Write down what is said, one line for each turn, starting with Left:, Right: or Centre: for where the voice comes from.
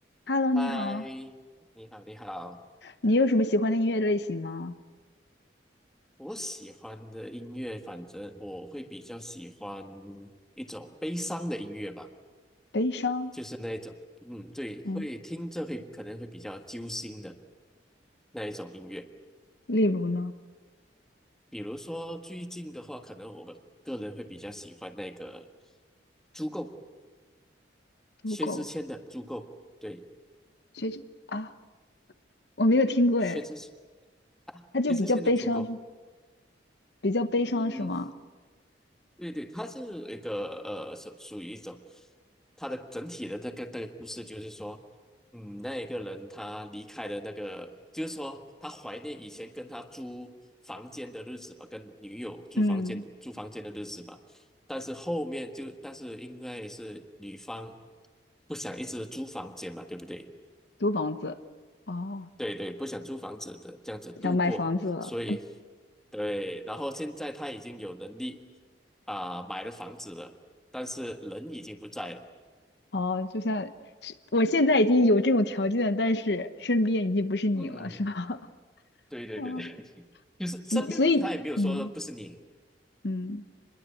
Left: Hello，
Centre: 嗨，
Left: 你好，
Centre: 你好，你好。
Left: 你有什么喜欢的音乐类型吗？
Centre: 我喜欢的音乐，反正我会比较喜欢一种悲伤的音乐吧，
Left: 悲伤，
Centre: 就是那一种，嗯，对，
Left: 嗯，
Centre: 会听着会可能会比较揪心的那一种音乐。
Left: 例如呢，
Centre: 比如说最近的话，可能我个人会比较喜欢那个《足够》，
Left: 足够，
Centre: 薛之谦的《足够》，对，
Left: 学姐啊，我没有听过哎，
Centre: 薛之谦啊，
Left: 它就比较悲伤，
Centre: 薛之谦的《足够》，
Left: 是比较悲伤是吗？
Centre: 嗯。对对，它是一个呃，属属于一种，它的整体的这个这个故事就是说，嗯，那一个人他离开了那个，就是说他怀念以前跟他租房间的日子吧，跟女友租房间租房间的日子吧，
Left: 嗯，
Centre: 但是后面就但是因为是女方不想一直租房间嘛，对不对？
Left: 租房子，哦
Centre: 对对，不想租房子的，这样子度过，
Left: 想买房子了，
Centre: 所以对，然后现在他已经有能力啊、买了房子了，但是人已经不在了。
Left: 哦，就像是我现在已经有这种条件，但是身边已经不是你了，
Centre: 嗯，
Left: 是吧？<laughs>
Centre: 对对对对，
Left: 哦，
Centre: <laughs> 就是身边他也没有说不是你，
Left: 你所以嗯嗯，